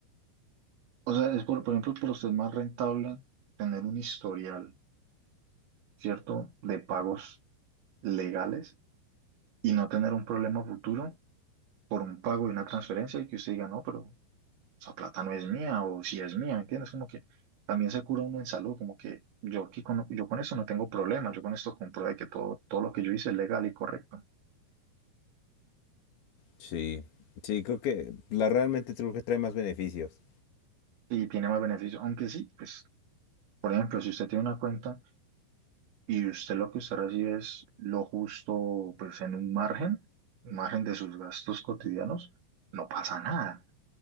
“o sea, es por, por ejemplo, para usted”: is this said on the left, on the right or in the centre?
Right